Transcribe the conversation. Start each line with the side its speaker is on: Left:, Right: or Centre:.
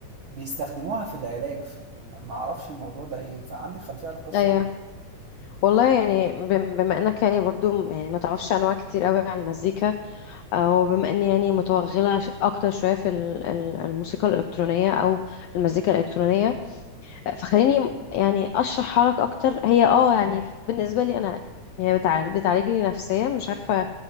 Right: بيستخدموها في العلاج في ما أعرفش الموضوع ده إيه عندي خلفية عن القصة
Left: ايوه
Right: دي
Left: والله يعني بم- بما انك يعني برضو يعني ما تعرفش انواع كتير قوي عن المزيكا او بما اني يعني متوغله ش- اكتر شويه في ال- ال- الموسيقى الالكترونيه او المزيكا الالكترونيه فخليني يعني اشرح حالك اكتر هي اه يعني بالنسبه لي انا هي بتعالج بتعالجني نفسيا مش عارفه